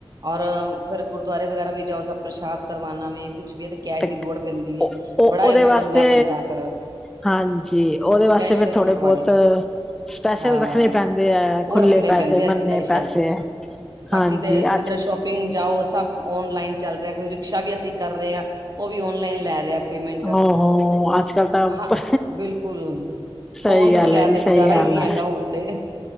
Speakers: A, on the right; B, in the centre.
A: ਔਰ, ਫਿਰ ਗੁਰਦੁਆਰੇ ਵਗੈਰਾ ਵੀ ਜਾਓ, ਤਾਂ ਪ੍ਰਸ਼ਾਦ ਕਰਵਾਉਣਾ ਵੀ ਕੁਛ ਵੀ। ਕੈਸ਼
B: ਤੇ
A: ਦੀ ਲੋੜ ਪੈਂਦੀ
B: ਉਹ
A: ਐ, ਬੜਾ
B: ਉਹਦੇ
A: ਹੀ
B: ਵਾਸਤੇ
A: ਪੰਗਾ ਪੈਂਦਾ ਫਿਰ।
B: ਹਾਂਜੀ, ਉਹਦੇ
A: ਸਪੈਸ਼ਲ
B: ਵਾਸਤੇ, ਫਿਰ ਥੋੜੇ
A: ਕਢਵਾਣੇ
B: ਬਹੁਤ। ਸਪੈਸ਼ਲ
A: ਹਾਂ
B: ਰੱਖਣੇ ਪੈਂਦੇ ਹੈ,
A: ਉਹ
B: ਖੁੱਲੇ
A: ਰੱਖਣੇ
B: ਪੈਸੇ,
A: ਪੈਂਦੇ ਆ
B: ਬੰਨੇ
A: ਸਪੈਸ਼ਲ।
B: ਪੈਸੇ,
A: ਬਾਕੀ
B: ਹਾਂਜੀ
A: ਤੇ,
B: ਅੱਜ
A: ਕਿੱਧਰੇ ਸ਼ੋਪ। ਪਿੰਗ ਜਾਓ, ਸਭ ਔਨਲਾਈਨ ਚੱਲ ਰਿਹਾ। ਕੋਈ ਰਿਕਸ਼ਾ ਵੀ ਅਸੀਂ ਕਰ ਰਹੇ ਹਾਂ, ਉਹ ਵੀ ਔਨਲਾਈਨ ਲੈ ਰਿਹਾ। ਪੇਮੈਂਟ,
B: ਹੋ ਹੋ ਅੱਜ ਕੱਲ ਤਾਂ
A: ਹਾਂ ਬਿਲਕੁਲ
B: ਸਹੀ
A: ਫੋਨ ਦੇ
B: ਗੱਲ
A: ਬਗੈਰ,
B: ਹੈ ਜੀ
A: ਤੇ ਗੁਜ਼ਾਰਾ
B: ਸਹੀ ਗੱਲ
A: ਹੀ ਨਈ
B: ਹੈ
A: ਹੈਗਾ ਹੁਣ ਤੇ